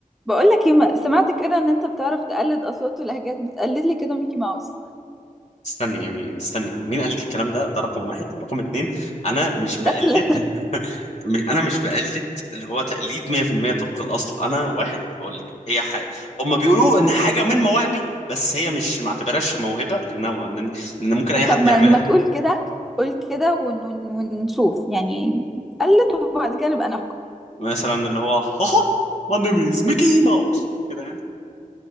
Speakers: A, in the centre; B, on the left.
A: بقولك ايه ما- سمعت كده ان انت بتعرف تقلد اصوات ولهجات ما تقلد لي كده ميكي ماوس
B: استني يعني استني مين قال لك الكلام ده ده رقم واحد رقم اتنين انا مش بقلد
A: داخل <laughs>
B: <laughs> م- انا مش بقلد اللي هو تقليد 100% طبق الاصل انا واحد اقول لك هي حاجه هم بيقولوا ان حاجه من مواهبي بس هي مش ما اعتبرهاش موهبه لان لان لأن ممكن اي حد
A: طب ما
B: يعملها
A: ما تقول كده قول كده ون... ون... ونشوف يعني قلد وبعد كده نبقى نحكم
B: مثلا اللي هو هاها ماي نيم از ميكي ماوس كده يعني